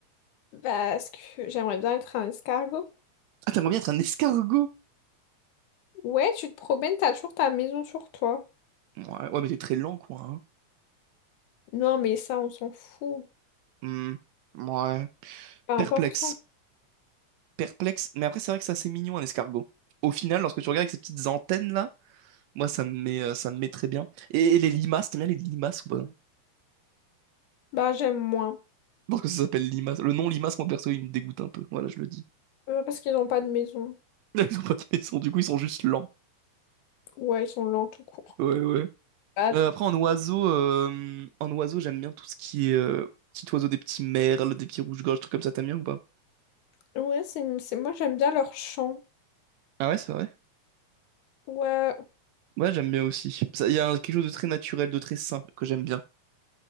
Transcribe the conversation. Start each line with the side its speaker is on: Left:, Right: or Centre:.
Left: Parce que j'aimerais bien être un escargot.
Right: Ah, t'aimerais bien être un escargot?
Left: Ouais, tu te promènes, t'as toujours ta maison sur toi.
Right: Ouais, ouais, mais t'es très lent, quoi. hein.
Left: Non, mais ça, on s'en fout.
Right: Hmm, Ouais.
Left: Pas
Right: Perplexe.
Left: important.
Right: Perplexe. Mais après, c'est vrai que c'est assez mignon, un escargot. Au final, lorsque tu regardes avec ces petites antennes-là, moi, ça me met, euh, ça me met très bien. Et, et les limaces, t'aimes bien les limaces ou pas?
Left: Bah, j'aime moins.
Right: Parce que ça s'appelle limace. Le nom limace, moi, perso, il me dégoûte un peu. Voilà, je le dis.
Left: Euh, Parce qu'ils n'ont pas de maison.
Right: <laughs> Ils ont pas de maison, du coup, ils sont juste lents.
Left: Ouais, ils sont lents tout court.
Right: Ouais, ouais.
Left: Bah,
Right: Euh, après, en oiseau, euh, en oiseau, j'aime bien tout ce qui est euh, petit oiseau, des petits merles, des petits rouges-gorges, trucs comme ça. T'aimes bien ou pas?
Left: Ouais, c'est, c'est- moi j'aime bien leur chant.
Right: Ah ouais, c'est vrai.
Left: Ouais,
Right: Ouais, j'aime bien aussi. Ça- Il y a un- quelque chose de très naturel, de très sain que j'aime bien.